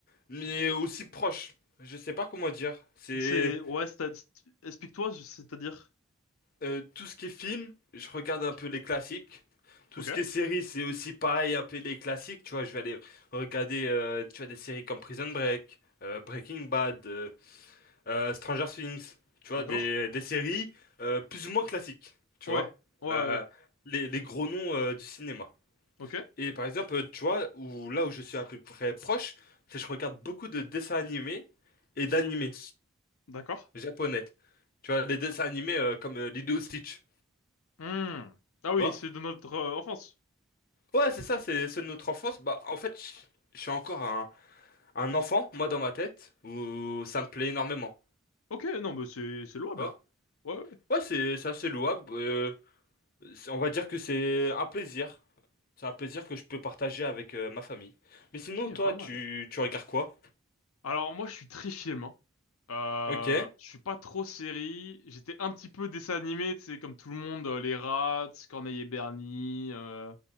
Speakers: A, on the left (about 45°); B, on the left (about 80°).
A: mais aussi proche. Je sais pas comment dire. C'est
B: C'est, ouais, c'est- c'est- explique-toi, c'est-à-dire.
A: euh, tout ce qui est film, je regarde un peu les classiques. Tout
B: Ok,
A: ce qui est série, c'est aussi pareil, un peu les classiques. Tu vois, je vais aller regarder, euh, tu vois, des séries comme Prison Break, euh, Breaking Bad, euh, euh, Stranger Things. Tu vois,
B: d'accord.
A: des, des séries euh, plus ou moins classiques. Tu
B: Ouais,
A: vois,
B: ouais,
A: Euh,
B: ouais.
A: les, les gros noms euh, du cinéma.
B: Ok,
A: Et par exemple, tu vois, où, là où je suis à peu près proche, c'est que je regarde beaucoup de dessins animés et d'animés
B: d'accord.
A: japonais. Tu vois, les dessins animés euh, comme euh, Lilo et Stitch. Tu
B: Hmm. Ah oui,
A: vois?
B: c'est de notre euh, enfance.
A: Ouais, c'est ça, c'est ceux de notre enfance. Bah, en fait, je je suis encore un, un enfant, moi, dans ma tête, où ça me plaît énormément.
B: Ok, non, mais c'est, c'est louable.
A: Tu vois?
B: Ouais, ouais.
A: Ouais, c'est c'est assez louable. euh, c'est- on va dire que c'est un plaisir. C'est un plaisir que je peux partager avec euh, ma famille. Mais sinon,
B: Ok,
A: toi,
B: pas mal.
A: tu, tu regardes quoi?
B: Alors, moi, je suis très film, hein. Euh,
A: Ok.
B: je suis pas trop série. J'étais un petit peu dessin animé, tu sais, comme tout le monde, euh, les Rats, Corneille et Bernie, euh,